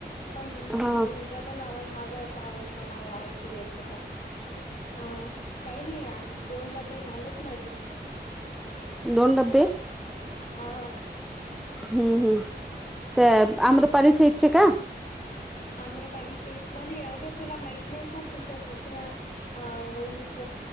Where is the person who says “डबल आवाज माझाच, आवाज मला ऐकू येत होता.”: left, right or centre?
Left